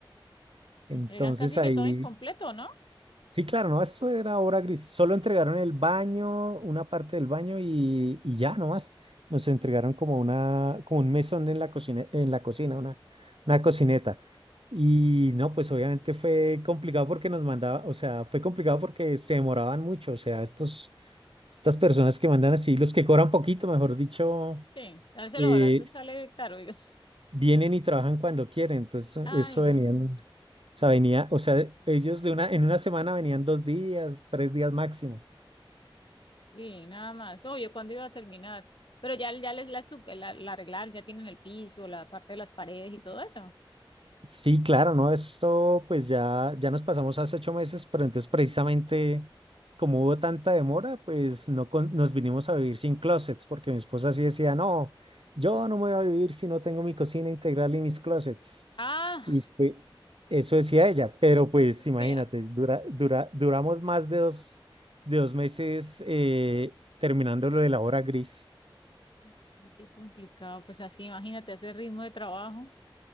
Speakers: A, on the right; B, on the left.
A: Entonces
B: Te entregan casi
A: ahí,
B: que todo incompleto, ¿no?
A: sí, claro, no, eso era obra gris. Solo entregaron el baño, una parte del baño y, y ya nomás. Nos entregaron como una, como un mesón en la cocina, en la cocina, una, una cocineta. Y no, pues obviamente fue complicado porque nos mandaba, o sea, fue complicado porque se demoraban mucho. O sea, estos, estas personas que mandan así, los que cobran poquito, mejor dicho.
B: Sí, a veces
A: Eh,
B: lo barato sale caro, digo.
A: vienen y trabajan cuando quieren. Entonces,
B: Ay,
A: eso
B: no.
A: venían, o sea, venía, o sea, ellos de una, en una semana venían dos días, tres días máximo.
B: Sí, nada más. Obvio, ¿cuándo iba a terminar? Pero ya, ya les la, su- la, la arreglaron, ya tienen el piso, la parte de las paredes y todo eso.
A: Sí, claro, ¿no? Esto pues ya, ya nos pasamos hace ocho meses, pero entonces precisamente como hubo tanta demora, pues no con- nos vinimos a vivir sin closets, porque mi esposa sí decía, no, yo no me voy a vivir si no tengo mi cocina integral y mis closets.
B: Ah,
A: Y pues eso decía ella, pero pues
B: <laughs>
A: imagínate,
B: sí, ah,
A: dura, dura, duramos más de dos, de dos meses eh, terminando lo de la hora gris.
B: sí, qué complicado. Pues así, imagínate ese ritmo de trabajo,